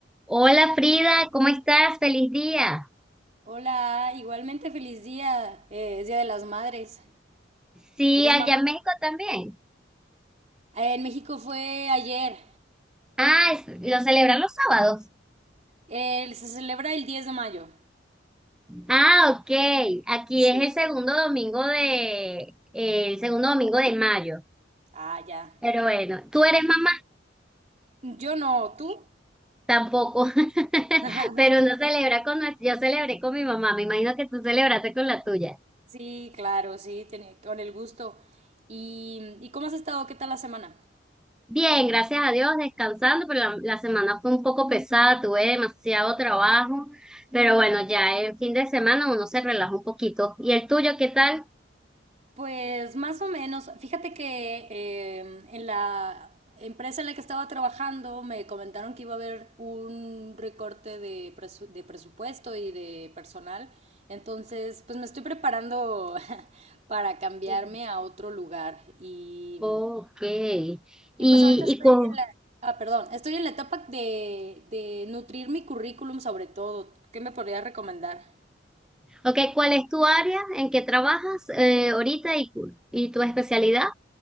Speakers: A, in the centre; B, on the right (about 40°).
A: Hola Frida, ¿cómo estás? Feliz día.
B: Hola, igualmente feliz día. eh, es Día de las Madres.
A: Sí,
B: ¿Eres
A: allá
B: mamá?
A: en México también.
B: Eh, en México fue ayer.
A: Ah, es- lo celebran los sábados.
B: Eh, se celebra el 10 de mayo.
A: Ah, ok. Aquí
B: Sí.
A: es el segundo domingo de, eh, el segundo domingo de mayo.
B: Ah, ya.
A: Pero bueno, ¿tú eres mamá?
B: Yo no, ¿tú?
A: Tampoco. <laughs>
B: <laughs>
A: Pero uno celebra con nuestro, yo celebré con mi mamá. Me imagino que tú celebraste con la tuya.
B: Sí, claro, sí, tiene- con el gusto. ¿Y, y cómo has estado? ¿Qué tal la semana?
A: Bien, gracias a Dios, descansando, pero la, la semana fue un poco pesada, tuve demasiado trabajo, pero bueno, ya el fin de semana uno se relaja un poquito. ¿Y el tuyo qué tal?
B: Pues más o menos, fíjate que eh, en la empresa en la que estaba trabajando me comentaron que iba a haber un recorte de, presu- de presupuesto y de personal. Entonces, pues me estoy preparando <laughs> para cambiarme
A: Sí.
B: a otro lugar. Y,
A: Ok. ¿Y,
B: y
A: y
B: pues ahorita estoy
A: cu-
B: en la... Ah, perdón, estoy en la etapa de, de nutrir mi currículum sobre todo. ¿Qué me podrías recomendar?
A: okay, cuál es tu área? ¿En qué trabajas eh, ahorita y, cu- y tu especialidad?